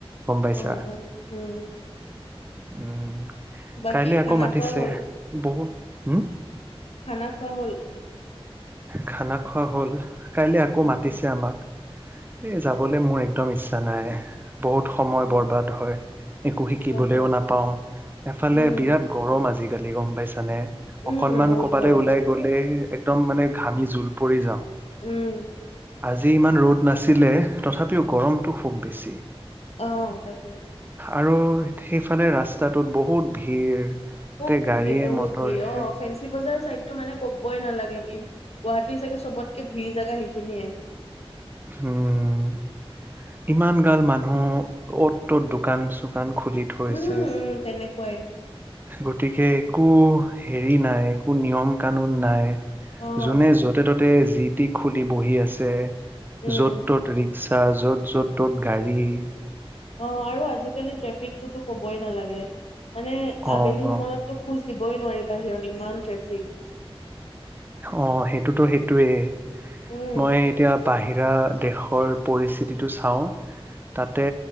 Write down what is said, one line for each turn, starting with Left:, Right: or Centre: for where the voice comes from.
Right: গম পাইছা?
Left: অ অ উম
Right: উম,
Left: বাকী,
Right: কাইলৈ
Left: খানা
Right: আকৌ মাতিছে
Left: খোৱা হ'ল?
Right: বহুত হুম,
Left: খানা খোৱা হ'ল?
Right: খানা খোৱা হ'ল। কাইলৈ আকৌ
Left: অ
Right: মাতিছে
Left: অ
Right: আমাক। এ যাবলৈ মোৰ একদম ইচ্ছা নাই। বহুত সময়
Left: অ
Right: বৰবাদ হয় । একো শিকিবলৈও
Left: গম পাইছো
Right: নাপাওঁ। এফালে
Left: উম
Right: বিৰাট গৰম আজি গালি গম পাইছানে
Left: উম
Right: অকনমান
Left: উম বহুত
Right: কবালৈ
Left: গৰম
Right: ওলাই গ'লে একদম মানে ঘামি জোল পৰি যাওঁ
Left: উম
Right: আজি ইমান ৰ'দ নাছিলে তথাপিও গৰমটো খুব বেছি
Left: আহ তাকে
Right: আৰু সেইফালে ৰাস্তাটোত বহুত ভিৰ গোটেই
Left: বহুত
Right: গাড়ীয়ে
Left: ভিৰ বহুত
Right: মটৰে
Left: ভিৰ অ ফেঞ্চি বজাৰ চাইড টো মানে ক'বই নালাগে উ গুৱাহাটীৰ চাগে চবতকে ভিৰ জোগা সেইখিনিয়ে
Right: উম ইমান গাল মানুহ অ'ত ত'ত দোকান চোকান দোকান খুলি থৈছে
Left: উম উম তেনেকুৱাই
Right: গতিকে একো হেৰি নাই একো নিয়ম কানুন নাই
Left: অ
Right: যোনে
Left: অ
Right: য'তে ততে যি খুটি-খুলি বহি আছে
Left: উম
Right: য'ত তত ৰিক চা য'ত য'ত ত'ত গাড়ী
Left: অ আৰু আজিকালি ট্ৰেফিকটোতো কবই নালাগে মানে
Right: অ',
Left: আবেলি সময়তো খোজ দিবই নোৱাৰিব বাহিৰত ইমান ট্ৰেফিক
Right: অ সেইটোতো সেইটোয়েই
Left: উম
Right: মই এতিয়া বাহিৰা দেশৰ পৰিস্থিতিটো চাওঁ তাতে